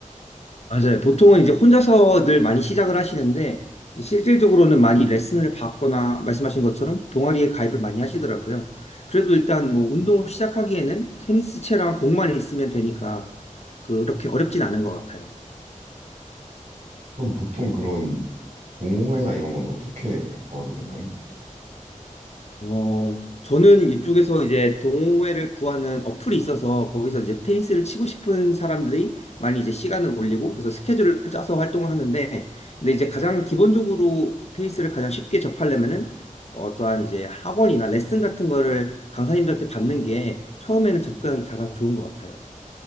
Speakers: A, on the left; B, on the right.
A: 맞아요. 보통은 이제 혼자서 늘 많이 시작을 하시는데, 실질적으로는 많이 레슨을 받거나, 말씀하신 것처럼 동아리에 가입을 많이 하시더라고요. 그래도 일단 뭐, 운동을 시작하기에는 테니스채랑 공만 있으면 되니까, 그렇게 어렵진 않은 것 같아요.
B: 그럼 보통 그런 동호회나 이런 건 어떻게 구하게 되나요?
A: 어, 저는 이쪽에서 이제 동호회를 구하는 어플이 있어서 거기서 이제 테니스를 치고 싶은 사람들이 많이 이제 시간을 올리고 그래서 스케줄을 짜서 활동을 하는데 근데 이제 가장 기본적으로 테니스를 가장 쉽게 접하려면은 어떠한 이제 학원이나 레슨 같은 거를 강사님들한테 받는 게 처음에는 접근하기 가장 좋은 것 같아요.